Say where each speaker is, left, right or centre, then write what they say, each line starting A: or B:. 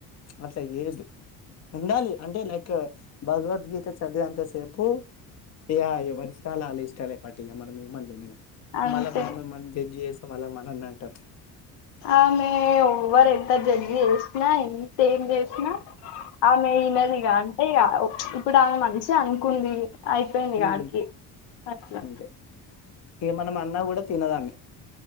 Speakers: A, on the left; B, on the left.
A: అట్లా చేయ్యదు ఉండాలి అంటే లైక్ భగవద్గీత చదివే అంత సేపు ఇగ ఎవరి ఇష్టాలు ఆళ్ ఇష్టాలే పట్టి ఇగ మనం ఏమని జేయము ఇగ
B: అంతే
A: మళ్ళా మనమేమన్న జడ్జి చేసాం మళ్ళ మన్నల్నే అంటరు
B: ఆమె ఎవరు ఎంత జర్డ్ జేసిన ఎంత ఏం జే ఆమె ఇనదిగా అంతే ఇగ ఇప్పుడు ఆమె మంచిగా అనుకుంది అయిపోయింది
A: మ్
B: ఇగ ఆడికి అట్లా
A: అంతే ఇగ మనం అన్న కూడా తినదామె